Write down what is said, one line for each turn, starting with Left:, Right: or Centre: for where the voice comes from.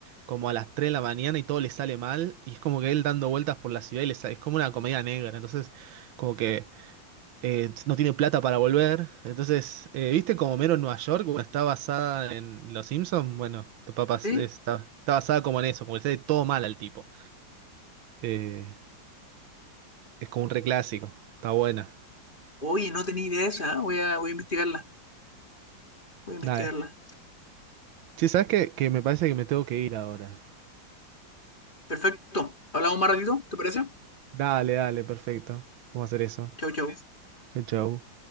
Right: como a las 3 de la mañana y todo le sale mal y es como que él dando vueltas por la ciudad y le sale, es como una comedia negra, entonces como que eh, no tiene plata para volver. Entonces, eh, ¿viste como Mero en Nueva York? Bueno, está basada en Los Simpsons, bueno, tu papá es-
Left: Sí.
Right: está, está basada como en eso, como que le sale todo mal al tipo. Eh, es como un reclásico, está buena.
Left: Oye, no tenía idea esa. ¿eh? Voy a, voy a investigarla. Voy a investigarla.
Right: Dale. Sí, ¿sabes qué? Que me parece que me tengo que ir ahora.
Left: Perfecto. Hablamos más ratito, ¿te parece?
Right: Dale, dale, perfecto. Vamos a hacer eso.
Left: Chau, chau.
Right: Chao, chao.